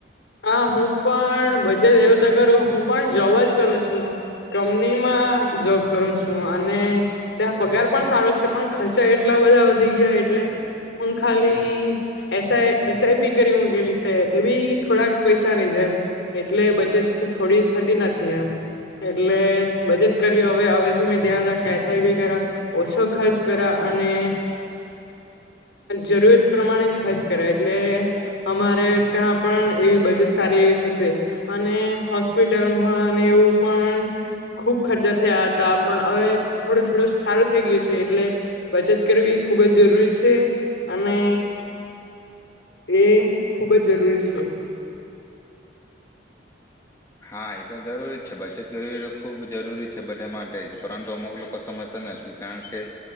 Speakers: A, on the left; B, on the left.
A: હા હું પણ બચત એવું તો કરું હું પણ જોબ જ છું કંપનીમાં જોબ કરું છું અને ત્યાનો પગાર પણ સારો છે પણ ખર્ચા એટલા બધા વધી ગયા એટલે હું ખાલી એસઆઈપી કરી મૂકેલી છે તે બી થોડાક પૈસા નહી જેમ એટલે બચત થોડી થતી નથી એમ એટલે બચત કરી હવે હવેથી મેં ધ્યાન રાખ એસઆઈ બી કરા ઓછો ખર્ચ કરા અને જરૂરત પ્રમાણે ખર્ચ કરાય એટલે અમારે ત્યાં પણ એવી બચત સારી એવી થશે અને હોસ્પિટલમાં અને એવું પણ ખૂબ ખર્ચા થયા હતા પણ હવે થોડું થોડું સારું થઈ ગયું છે એટલે બચત કરવી ખૂબ જ જરૂરી છે અને એ ખૂબ જ જરૂરી છે. છે.
B: હા એ તો જરૂરી છે બચત કરવી ખૂબ જરૂરી છે બધા માટે જ પરંતુ અમુક લોકો સમજતા નથી કારણ કે